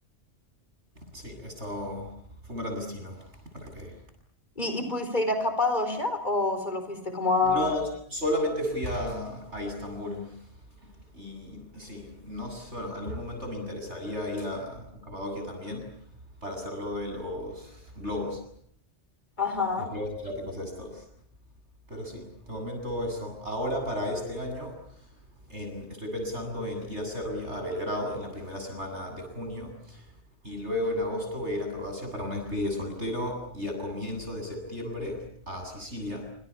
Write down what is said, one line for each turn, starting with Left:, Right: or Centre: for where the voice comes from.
Right: Sí, esto fue un gran destino. ¿Para qué
Left: ¿Y, y pudiste ir a Capadocia o solo fuiste como a...
Right: No, solamente fui a, a Istambul. Y sí, no sé, bueno, algún momento me interesaría ir a, a Capadocia también para hacerlo de los globos.
Left: Ajá,
Right: Los juegos asiáticos estos. Pero sí, de momento eso. Ahora para este año en- estoy pensando en ir a Serbia, a Belgrado, en la primera semana de junio. Y luego en agosto voy a ir a Croacia para una despedida de soltero y a comienzos de septiembre a Sicilia